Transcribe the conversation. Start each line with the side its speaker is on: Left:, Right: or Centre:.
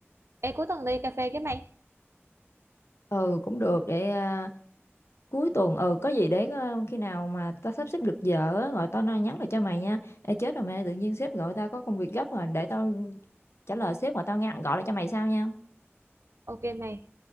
Right: Ê cuối tuần đi cà phê với mày
Left: ừ cũng được để à, cuối tuần ừ có gì để ờ, khi nào mà tao sắp xếp được giờ á, gọi tao nói nhắn lại cho mày nha Ê chết rồi mày tự nhiên sếp gọi tao có công việc gấp rồi để tao trả lời sếp mà tao ngăn gọi lại cho mày sau nha
Right: ok mày